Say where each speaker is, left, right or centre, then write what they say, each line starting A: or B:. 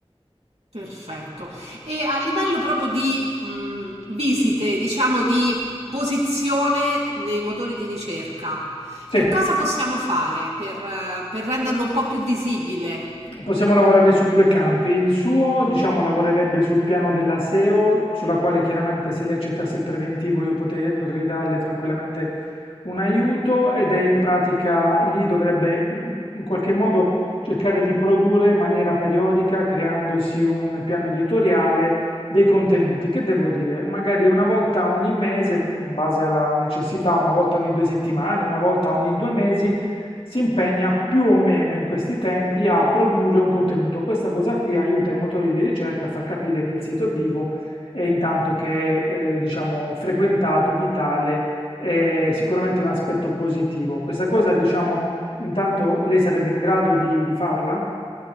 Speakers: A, on the right; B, on the left.
A: perfetto. E a livello proprio di, mhmm, visite, diciamo di posizione nei motori di ricerca,
B: Sì,
A: che cosa possiamo fare per eh, per renderlo un po' più visibile?
B: Possiamo lavorare su due campi. Il suo, diciamo, lavorerebbe sul piano della SEO, sulla quale chiaramente se lei accettasse il preventivo io pote- potrei darle tranquillamente un aiuto ed è in pratica lì dovrebbe mh, in qualche modo cercare di produrre in maniera periodica, creandosi un piano editoriale dei contenuti, che devo dire, magari una volta ogni mese, in base alla necessità, una volta ogni due settimane, una volta ogni due mesi si impegna più o meno in questi tempi a produrre un contenuto. Questa cosa qui aiuta i motori di ricerca a far capire che il sito è vivo e intanto che è, eh, diciamo, frequentato, vitale, è sicuramente un aspetto positivo. Questa cosa, diciamo, intanto lei sarebbe in grado di, di farla?